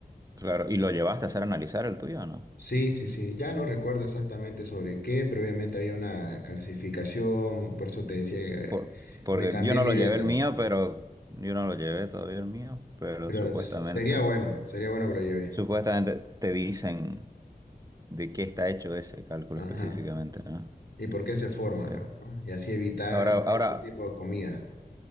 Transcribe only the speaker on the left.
Sí, sí, sí, ya no recuerdo exactamente sobre qué, pero obviamente había una calcificación, por eso te decía que
me cambié
mi
dieta,
pero
s- sería bueno, sería bueno que lo lleve.
Ajá.
¿Y por qué se forma?
digamos, ¿no? Y así evitas
cierto tipo de comida.